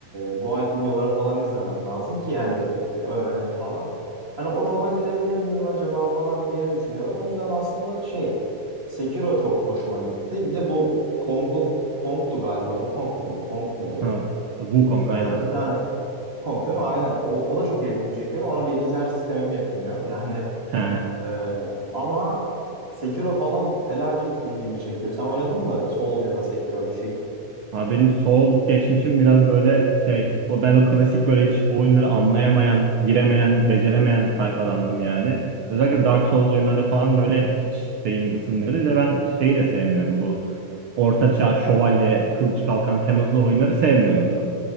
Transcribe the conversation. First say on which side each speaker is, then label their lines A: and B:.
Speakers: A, on the right (about 25°); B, on the right (about 85°).
A: guide videoları falan izlemen lazım ki yani e, öğrenet falan. Hani o topa girebilir miyim acaba falan diye düşünüyorum. O yüzden aslında şey Sekiro çok hoşuma gitti. Bir de bu Kong'u Kong'tu galiba. Bu Kong muydu? Kong muydu?
B: Ha. Wukong aynen.
A: Ee, bir tane Kong değil mi? Aynen. O, o da çok ilgimi çekiyordu. Ona bilgisayar sistemim yetmiyor. <laughs> Yani
B: He.
A: e, ama Sekiro falan felaket ilgimi çekiyor. Sen oynadın mı Souls ya da Sekiro bir şey?
B: Abi benim Souls geçmişim biraz böyle şey, o ben o klasik böyle hiç o oyunları anlayamayan, giremeyen, beceremeyen tayfadandım yani. Özellikle Dark Souls oyunlarına falan böyle hiç şeyim ısınmıyordu. Bir de ben şeyi de sevmiyorum bu ortaçağ, şövalye, kılıç kalkan temalı oyunları sevmiyordum çok.